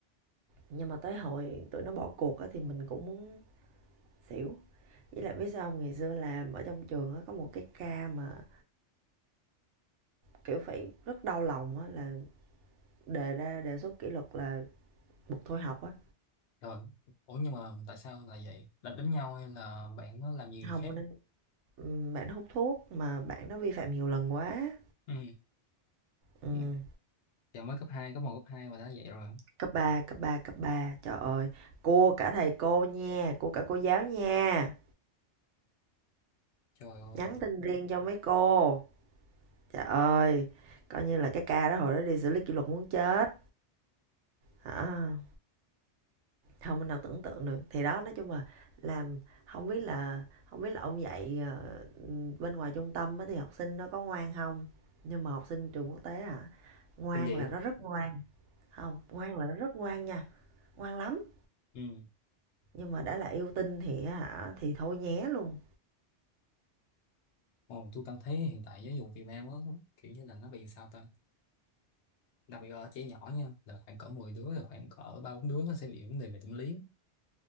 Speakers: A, on the right (about 80°); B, on the left (about 75°).
A: nhưng mà tới hồi tụi nó bỏ cuộc á thì mình cũng muốn xỉu với lại biết sao không? ngày xưa làm ở trong trường á có một cái ca mà kiểu phải rất đau lòng á là đề ra đề xuất kỷ luật là buộc thôi học á
B: rồi ủa nhưng mà tại sao là vậy đánh đánh nhau hay là bạn nó làm gì người
A: không
B: khác
A: nên bạn nó hút thuốc mà bạn nó vi phạm nhiều lần quá
B: ừ.
A: ừ,
B: Ừ. giờ mới cấp hai có một cấp 2 mà đã vậy rồi
A: Cấp ba cấp ba cấp 3 trời ơi, cua cả thầy cô nha, cua cả cô giáo nha,
B: trời ơi
A: nhắn tin riêng cho mấy cô, trời ơi, coi như là cái ca đó hồi đó đi xử lý kỷ luật muốn chết, hả, không mình nào tưởng tượng được, thì đó nói chung là làm, không biết là, không biết là ông dạy ờ, bên ngoài trung tâm á thì học sinh nó có ngoan không, nhưng mà học sinh trường quốc tế hả, ngoan
B: kinh dị
A: là
B: á
A: nó rất ngoan, không, ngoan là nó rất ngoan nha, ngoan lắm,
B: ừ.
A: nhưng mà đã là yêu tinh thì á hả, thì thôi nhé luôn,
B: Ồ, tôi cảm thấy hiện tại giáo dục Việt Nam á kiểu như là nó bị sao ta đặc biệt ở trẻ nhỏ nha là khoảng cỡ 10 đứa là khoảng cỡ ba bốn đứa nó sẽ bị vấn đề về tâm lý